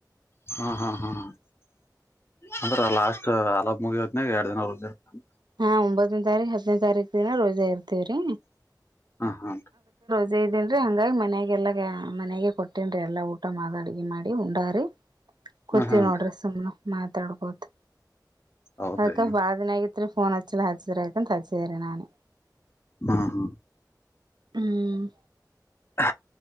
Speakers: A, on the left (about 35°); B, on the right (about 75°).
A: ಹ್ಮ ಹಾ ಹಾ ಹ ಅಂದ್ರ ಲಾಸ್ ಸರ್ ಅಲೆ ಹಬ್ಬ ಮುಗಿವತ್ ನ್ಯಾಗ ಎರಡು ದಿನ ರೋಜಾ ಹಾಕ್ತಿನಿ
B: ನಾ ಒಂಬತ್ತನೇ ತಾರೀಕ ಹತ್ತನೇ ತಾರೀಕ ದಿನ ರೋಜಾ ಇರ್ತೇವ್ರಿ
A: ಹಾ ಹಾ
B: ಇದ ಇದ್ದೀನ್ ರಿ ಹಂಗಾಗಿ ಮನೆಗೆಲ್ಲ ಮನೆಗೆ ಕೊಟ್ಟೀನ್ ರೀ ಎಲ್ಲವು ಊಟ ಮಾಡಿ ಅಡ್ಗೆ ಮಾಡಿ ಉಂಡಾರಿರ ಕೂತವಿ
A: ಹಾ ಹಾನ್
B: ನೋಡ್ರಿ ಸುಮ್ನೆ ಮಾತಾಡ್ಬೋದು
A: ಹೌದ್ರಿ
B: ಅದಕ್ಕ ಬಾಳ ದಿನ ಆಗಿತ್ತು ಇತ್ತಫೋನ್ ಅಚ್ಚಲ್ಲ ಹಚ್ಚಿದ ರತ ಅಂತ ಹಚ್ಚದರ ನಾನು
A: ಹಾ ಹಾ
B: ಹ್ಮ್
A: ಹ